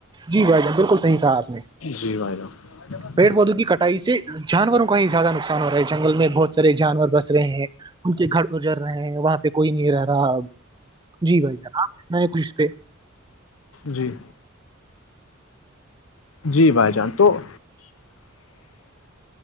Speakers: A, on the right (about 20°); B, on the left (about 85°).
A: جی بھائی جان بالکل صحیح کہا آپ نے
B: جی بھائیدہؤ
A: پیڑ پودوں کی کٹائی سے جانوروں کا ہی زیادہ نقصان ور جنگل میں بہت سارے جانور بس رہے ہیں ان کے گھر گزر رہے ہیں وہاں پہ کوئی نہیں رہ رہاب جی بھائی ج میں کچھ اس پہ
B: جی جی بھائی جان تو